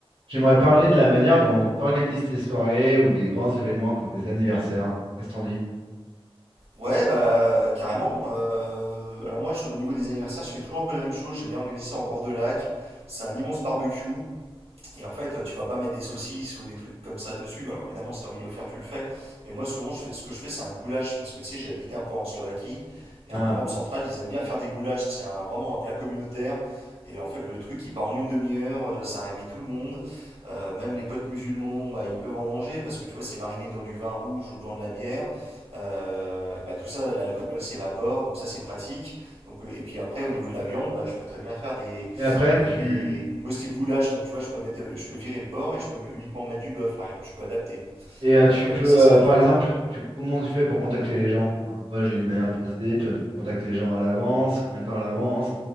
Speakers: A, on the right; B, on the right.
A: J'aimerais parler de la manière dont tu organises tes soirées ou des grands événements comme des anniversaires. Qu'est-ce que t'en dis?
B: Ouais, bah carrément. Euh, alors moi, je- au niveau des anniversaires, je fais toujours un peu la même chose. J'aime bien organiser ça en bord de lac. C'est un immense barbecue. Et en fait, tu vas pas mettre des saucisses ou des trucs comme ça dessus. Alors évidemment, si tu as envie de le faire, tu le fais. Mais moi, souvent, je fais- ce que je fais, c'est un goulash. Parce que tu sais, j'ai habité un peu en Slovaquie. Et
A: Ah.
B: en Europe centrale, ils aiment bien faire des goulash. C'est un- vraiment un plat communautaire. Et en fait, le truc, il part en une demi-heure. euh, Ça réveille tout le monde. Euh, même les potes musulmans, bah, ils peuvent en manger. Parce que tu vois, c'est mariné dans du vin rouge ou dans de la bière. Euh, bah, tout ça, l'alcool s'évapore. Donc ça, c'est pratique. Donc, euh, et puis après, au niveau de la viande, bah, je peux très bien faire des
A: Et après,
B: et
A: tu
B: les Muslim goulash, donc tu vois, je peux, mettre, je peux virer le porc et je peux uniquement mettre du bœuf, par exemple, je peux adapter.
A: et euh,
B: Euh,
A: tu peux,
B: et ça,
A: euh,
B: ça marche
A: par
B: bien.
A: exemple, tu comment tu fais pour contacter les gens? Enfin, moi, j'ai une manière de procéder. Toi, tu contactes les gens à l'avance. Combien de temps à l'avance?